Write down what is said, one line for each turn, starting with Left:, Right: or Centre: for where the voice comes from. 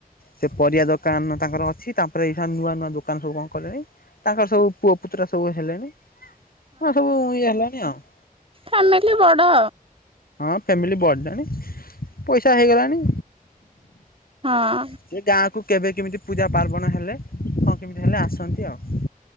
Left: ସେ ପରିବା ଦୋକାନ ତାଙ୍କର ଅଛି ତାପରେ ଏଇଠା ନୂଆ ନୂଆ ଦୋକାନ ସବୁ କଁ କଲେଣି। ତାଙ୍କର ସବୁ ପୁଅ ପୁତୁରା ସବୁ ହେଲେଣି ହଁ ସବୁ ଇଏ ହେଲେଣି ଆଉ।
Right: ଫ୍ୟାମିଲି ବଡ଼।
Left: ହଁ ଫ୍ୟାମିଲି ବଡିଲାଣି ପଇସା ହେଇଗଲାଣି।
Right: ହଁ।
Left: ସେ ଗାଁ କୁ କେବେ କେମିତି ପୂଜା ପାର୍ବଣ ହେଲେ କଣ କେମିତି ହେଲେ ଆସନ୍ତି ଆଉ।